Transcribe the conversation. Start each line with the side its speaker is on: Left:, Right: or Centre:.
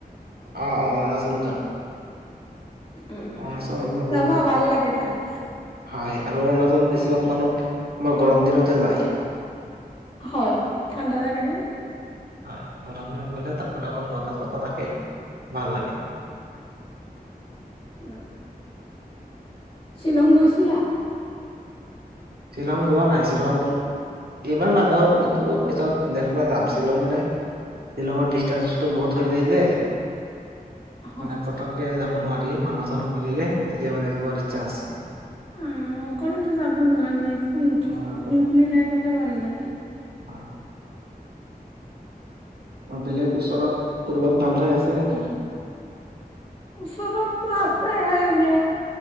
Right: আ আ অৰুণাচলত যাম।
Left: উম,
Right: অৰুণাচল একদম
Left: যাবা
Right: বহুত
Left: ভাল লাগে তাত।
Right: হয়, আৰু অৰুণাচলত বেছিভাগ মানুহ আমাৰ গৰম দিনতে যায়।
Left: হয়, ঠাণ্ডা থাকে যে।
Right: হয়, গৰম দিনত গ'লে তাত মানে অলপ বতাহ চতাহ থাকে ভাল লাগে।
Left: হয়। শ্বিলং গৈছিলা?
Right: শ্বিলং যোৱা নাই, শ্বিলং এইবাৰ নাযাওঁ, কিন্তু পিছত নেক্সবাৰ যাম। শ্বিলং মানে শ্বিলঙৰ ডিষ্টেন্সটো বহুত হৈ যায় যে।
Left: হয়
Right: মানে পতককে যাব নোৱাৰি মানুহ চানুহ মিলে, তেতিয়া মানে যোৱাৰ ইচ্ছা আছে।
Left: উম, অকলেতো যাব নোৱাৰি গ্ৰু গ্ৰুপ
Right: হয়
Left: মিলাই গ'লে ভাল লাগে।
Right: অ', বেলেগ ওচৰত ক'ৰবাত ভাল ঠাই আছে নেকি?
Left: ওচৰতটো আছে এনে,